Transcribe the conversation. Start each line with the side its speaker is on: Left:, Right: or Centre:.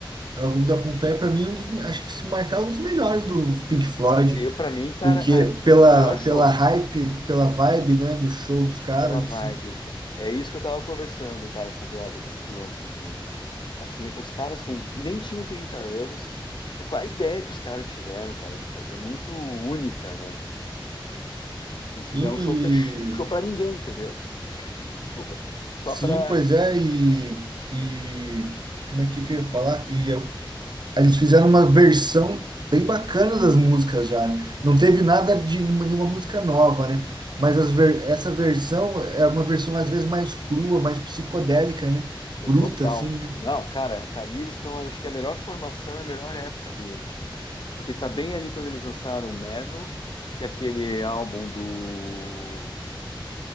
Right: é o álbum da Pompeia, para mim, um dos, acho que se marcar um dos melhores do Pink Floyd,
Left: Eu, pra mim, cara,
Right: porque
Left: é,
Right: pela,
Left: é o melhor
Right: pela
Left: show.
Right: hype, pela vibe, né, do show dos caras,
Left: Pela vibe,
Right: assim.
Left: cara. É isso que eu tava conversando, cara, com o brother que eu fui ontem junto. Assim, os caras com nem tinham 30 anos, os ca- qual a ideia que os caras tiveram, cara, de fazer muito única, né? Eles fizeram
Right: Sim,
Left: um show
Right: e-
Left: fech... um show para ninguém, entendeu? Desculpa. Só
Right: sim,
Left: para
Right: pois é, e, e como é que, que eu ia falar? E eu Eles fizeram uma versão bem bacana das músicas já, né? Não teve nada de nenhuma música nova, né? Mas as ver- essa versão é uma versão às vezes mais crua, mais psicodélica, né? Bruta,
Left: total.
Right: assim, né?
Left: Não, cara, tá ali eles estão, acho que é a melhor formação, é a melhor época deles, porque tá bem ali quando eles lançaram o Metal, que é aquele álbum do